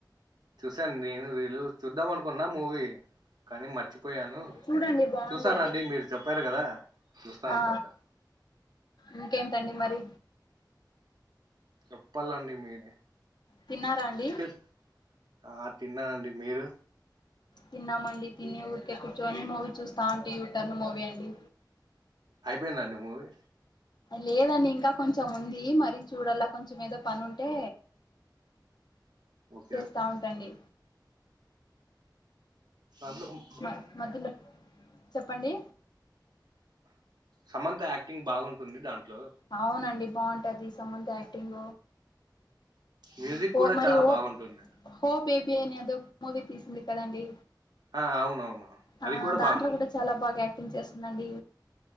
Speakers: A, on the right (about 60°); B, on the left (about 65°).
A: చూసాను నేను రీలు చూద్దాం అనుకున్నా మూవీ కానీ మర్చిపోయాను
B: చూడండి బాగుంది
A: చూస్తానండి
B: అది
A: మీరు చెప్పారు కదా చూస్తాను
B: ఆ
A: పక్కా
B: ఇంకేంటండి మరి
A: చెప్పాలండి మీరే
B: తిన్నారా అండి
A: తిన్ ఆ తిన్నానండి మీరు
B: తిన్నామండి తిని ఊరికే కూర్చొని మూవీ చూస్తాను యూటర్లు మూవీ అండి
A: అయిపోయిందండి మూవీ
B: లేదండి ఇంకా కొంచెం ఉంది మరి చూడల్లా కొంచెం ఏదో పని ఉంటే
A: ఓకే
B: చేస్తా
A: ఓకే
B: ఉంటండి
A: తార్లు హుం
B: మ మధ్యలో చెప్పండి
A: సమంత యాక్టింగ్ బాగుంటుంది దాంట్లో
B: అవునండి బాగుంటది సమంత యాక్టింగ్
A: మ్యూజిక్
B: పో
A: కూడా
B: మరి
A: చాలా
B: ఓ
A: బాగుంటుంది
B: హో బేబీ అని అదో మూవీ తీసింది కదండి
A: ఆ అవునవును అది
B: ఆ దాంట్లో
A: బాగుంటుంది
B: కూడా చాలా బాగా యాక్టింగ్ చేస్తుందండి